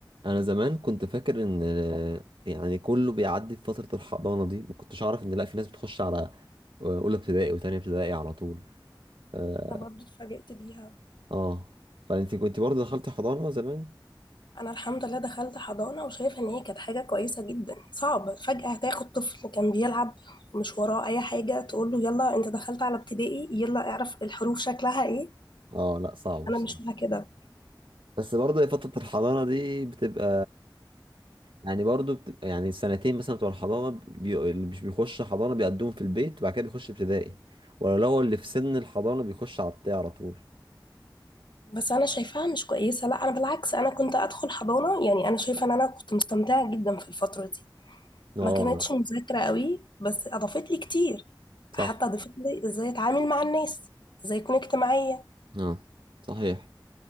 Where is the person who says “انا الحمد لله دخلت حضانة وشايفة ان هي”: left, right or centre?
Left